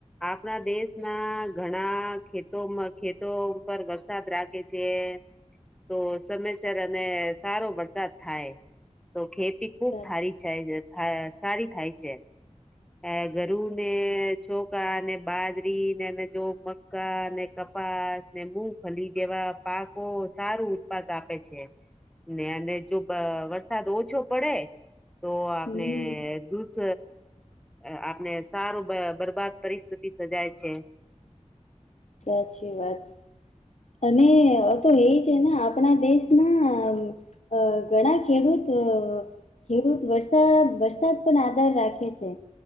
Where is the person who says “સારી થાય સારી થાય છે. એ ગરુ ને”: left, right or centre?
Centre